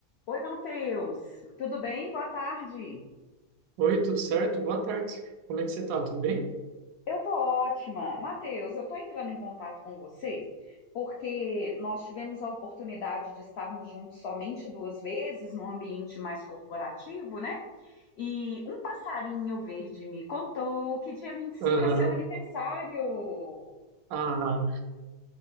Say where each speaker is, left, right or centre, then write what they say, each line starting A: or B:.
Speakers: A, on the left; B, on the right.
A: Oi, Matheus. Tudo bem? Boa tarde.
B: Oi, tudo certo? Boa tarde. Como é que você tá? Tudo bem?
A: Eu tô ótima. Matheus, eu tô entrando em contato com você porque nós tivemos a oportunidade de estarmos juntos somente duas vezes num ambiente mais corporativo, né? E um passarinho verde me contou que dia vinte e cinco
B: Aham.
A: é seu aniversário.
B: Ah,